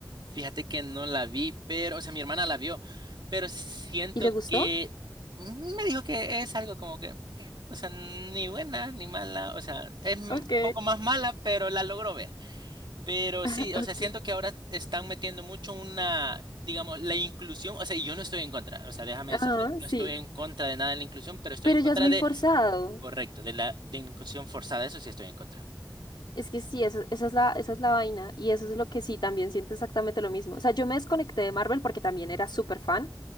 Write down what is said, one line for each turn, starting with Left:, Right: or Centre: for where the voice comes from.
Right: fíjate que no la vi, pero, o sea, mi hermana la vio, pero siento
Left: ¿Y le gustó?
Right: que mm, me dijo que es algo como que, eh, o sea, ni buena ni mala, o sea, es un
Left: Ok,
Right: poco más mala, pero la logró ver. Pero
Left: <laughs>
Right: sí,
Left: ok.
Right: o sea, siento que ahora están metiendo mucho una, digamos, la inclusión, o sea, y yo no estoy en contra, o sea, déjame
Left: Ah,
Right: decirte, no
Left: sí,
Right: estoy en contra de nada de la inclusión, pero estoy
Left: pero
Right: en contra
Left: ya es muy
Right: de,
Left: forzado.
Right: correcto, de la de inclusión forzada, eso sí estoy en contra.
Left: Es que sí, eso- esa es la, esa es la vaina. Y eso es lo que sí, también siento exactamente lo mismo. O sea, yo me desconecté de Marvel porque también era súper fan